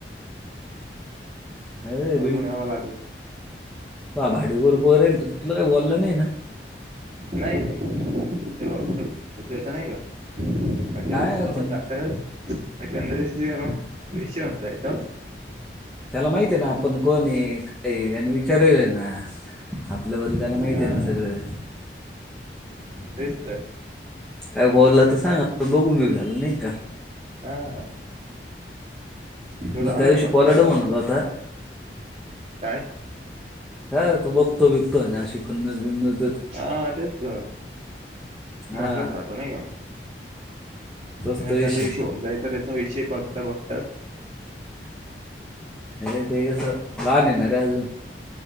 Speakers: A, in the centre; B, on the right.
A: अरे
B: बघून याव लागल
A: ह भाडीवर पोर येईल त तुला काही बोललं नाही ना
B: नाही नाही तेवता नाही का म्हजे
A: काय
B: असं बघत
A: कोण
B: नाता मकंद विष विषव एंदयतो
A: त्याला माहिती आहे ना आपण कोण आहे कायच ठरवेल आहे ना आपल्या बदलाला माहित
B: हा
A: आहे ना सगळं
B: तेच तर
A: काय बोलला तर सांग पण बघून घेऊ झालं नाही का?
B: हा तुझं
A: मग
B: झालं
A: त्या दिवशी
B: का बाकी
A: पलाटव
B: जेवण
A: म्हणतो आता
B: काय
A: हा तो बघतो बिकतो आहे ना अशी खनज बिनज
B: हा तेच बघत
A: हा
B: राहत नाही का?
A: तोच
B: कारणष
A: तो विषय
B: होऊन जायच त्याचा विषय बघता बघता
A: अरे ते कस लहान आहे ना रे अजून